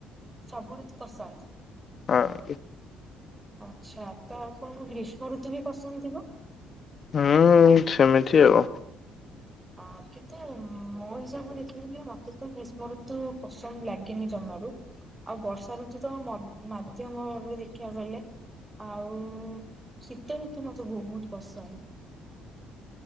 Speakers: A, on the right; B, on the left.
A: ସବୁ ଋତୁ ପସନ୍ଦ।
B: ହଁ ଆଜ୍ଞା।
A: ଆଚ୍ଛା, ତ ଆପଣଙ୍କୁ ଗ୍ରୀଷ୍ମ ଋତୁ ବି ପସନ୍ଦ ଥିବ।
B: ହୁଁ ସେମିତି ଆଉ।
A: ଆ କିନ୍ତୁ ମୋ ହିସାବରେ ଦେଖିଲେ ମତେ ତ ଗ୍ରୀଷ୍ମ ଋତୁ ପସନ୍ଦ ଲାଗେନି ଜମାରୁ। ଆଉ ବର୍ଷା ଋତୁ ତ ମଧ୍ୟ ମାଧ୍ୟମ ଭାବରେ ଦେଖିବାକୁ ଗଲେ, ଆଉ ଶୀତ ଋତୁ ମତେ ବହୁତ ପସନ୍ଦ।